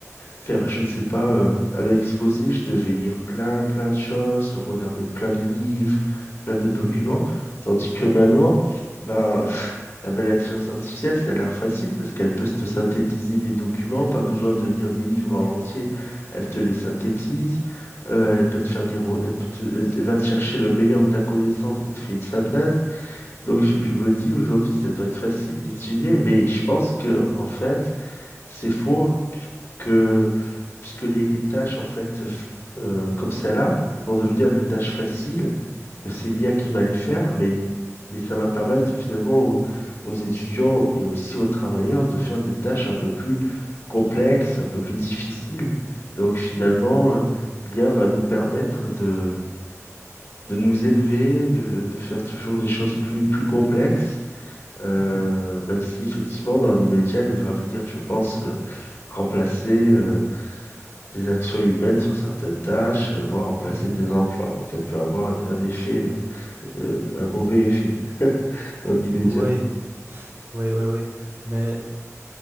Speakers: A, on the left; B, on the right.
A: faire, je sais pas, euh, un exposé, je devais lire plein, plein de choses, regarder plein de livres, plein de documents.
B: Mhm,
A: Tandis que maintenant, ben, <laughs> avec l'intelligence artificielle, ça a l'air facile parce qu'elle peut te synthétiser des documents, pas besoin de lire des livres en entier. Elle te les synthétise, euh, elle peut te faire des, re- elle peut te- elle te- va te chercher le meilleur de la connaissance et te fait une synthèse. Donc, je,
B: mhm,
A: je me dis aujourd'hui, ça doit être facile d'étudier, mais je pense que, en fait, c'est faux que puisque les, les tâches en fait f- euh, comme celle-là vont devenir des tâches faciles que c'est l'IA qui va les faire, mais mais ça va permettre finalement aux, aux étudiants et aussi aux travailleurs de faire des tâches un peu plus complexes, un peu plus difficiles. Donc finalement, euh, l'IA va nous permettre de de nous élever, de, de faire toujours des choses plus plus complexes. euh,
B: mhm,
A: même si effectivement dans l'immédiat, elle va venir, je pense, euh, remplacer euh, des actions humaines sur certaines tâches, euh, voire remplacer
B: mhm.
A: des emplois. Donc elle peut avoir un, un effet, euh, un, un mauvais effet <laughs> dans l'immédiat.
B: Oui, oui, oui, oui. Mais